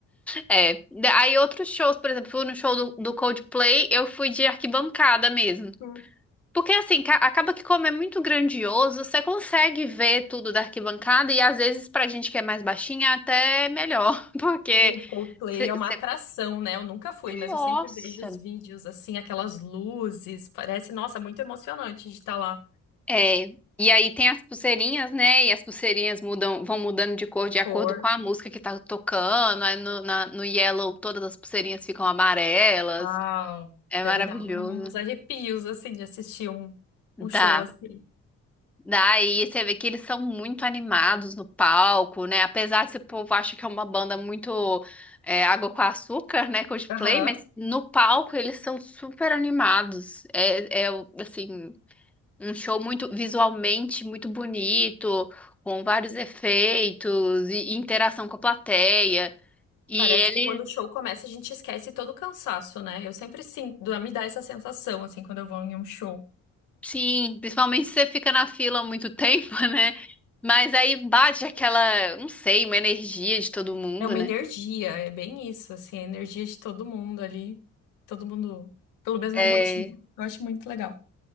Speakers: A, in the centre; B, on the left.
A: é. Da- Aí outros shows, por exemplo, fui no show do, do Coldplay, eu fui de arquibancada mesmo.
B: Hum.
A: Porque assim, ca- acaba que como é muito grandioso, você consegue ver tudo da arquibancada e às vezes pra gente que é mais baixinha é até melhor, <laughs> porque
B: E o Coldplay
A: você...
B: é uma
A: você-
B: atração, né? Eu nunca fui, mas
A: Nossa!
B: eu sempre vejo os vídeos, assim, aquelas luzes. Parece, nossa, muito emocionante de estar lá.
A: É. E aí tem as pulseirinhas, né? E as pulseirinhas mudam, vão mudando de cor
B: E
A: de
B: cor,
A: acordo com a música que tá tocando. Aí no, na- no Yellow todas as pulseirinhas ficam amarelas.
B: uau.
A: É
B: Deve
A: maravilhoso.
B: dar uns arrepios, assim, de assistir um, um show
A: Dá.
B: assim.
A: Daí você vê que eles são muito animados no palco, né? Apesar se o povo acha que é uma banda muito é, água com açúcar, né? Coldplay,
B: Aham.
A: mas no palco eles são super animados. É, é assim, um show muito visualmente muito bonito, com vários efeitos e e interação com a plateia. E
B: Parece
A: eles
B: que quando o show começa, a gente esquece todo o cansaço, né? Eu sempre sinto, me dá essa sensação, assim, quando eu vou em um show.
A: Sim, principalmente se você fica na fila há muito tempo, <laughs> né? Mas aí bate aquela, não sei, uma energia de todo mundo,
B: É uma
A: né?
B: energia, é bem isso, assim, a energia de todo mundo ali, todo mundo pelo mesmo
A: É,
B: motivo. Eu acho muito legal.